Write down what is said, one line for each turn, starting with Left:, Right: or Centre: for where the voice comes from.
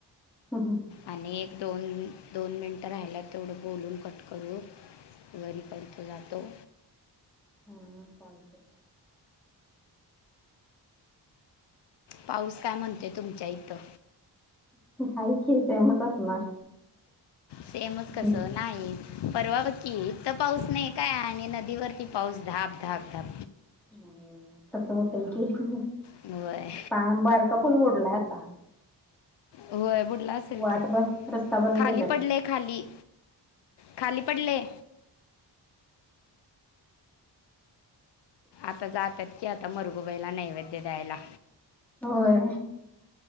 Centre: हा हम्म.
Left: आणि. दोन दोन मिनटं राहाला तेवढं बोलून कट करू. घरी परतो जातो.
Centre: हा चालते.
Left: पाऊस काय म्हणतोय तुमच्या इथं.
Centre: आहे की सेमच असणार.
Left: सेमच
Centre: हम्म
Left: कस नाही परवा बघ की इत पाऊस नाही. काय आणि नदीवरती पाऊस धाप धाप धाप.
Centre: ह तस होतय की.
Left: वय.
Centre: पा बारका पूल बुडलाय आता
Left: होय बुडला असेल
Centre: वाट
Left: की
Centre: ब रस्ता बंद
Left: खाली
Centre: केल्यात
Left: पडलेय खाली. खाली पडले. आता जातात की आता मुरगूबाईला नैवेद्य द्यायला.
Centre: होय.